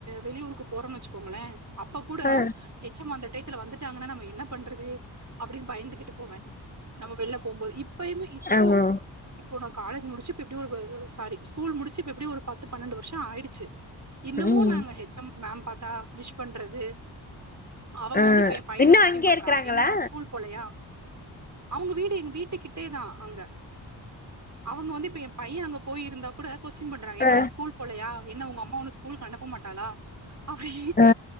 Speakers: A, on the right; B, on the left.
A: வெளியூருக்கு போறோன் வச் பொங்கலே அப்ப கூட
B: ஆ
A: ஹெச்சமந்த ட்யத்துல வந்துட்டாங்கன்னா நம்ம என்ன பண்றது அப்டின் பயந்து போவே நம்ம வெளில போகும்போது இப்பயுமே இப்போ
B: ஆமா
A: இப்போனா காலேஜ் முடிச்சு இப்ப எப்டி ஒரு சாரி ஸ்கூல் முடிச்சு இப்ப எப்டியு ஒரு பத்து பன்னெண்டு வருஷம் ஆயிடுச்சு இன்னமு
B: ம்
A: நாங்க ஹெச்சம் மேம் பாத்தா விஷ் பண்றது அவங்க
B: ஆ
A: வந்து இப்ப எ பையன
B: இன்னு
A: கொஸ்டின்
B: அங்கயே
A: பண்றாங்க
B: இருக்கறாங்களா
A: என்னடா ஸ்கூல் போலையா அவங்க வீடு எங்க வீட்டுக்கிட்டே தான் அங்க அவங்க வந்து இப்ப எ பையன் அங்க போயிருந்தா கூட கொஸ்டின் பண்றாங்க என்னடா
B: ஆ
A: ஸ்கூல் போலா என்ன உங்க அம்மா ஸ்கூல் அனுப்ப மாட்டாலா அப்டி
B: ஆ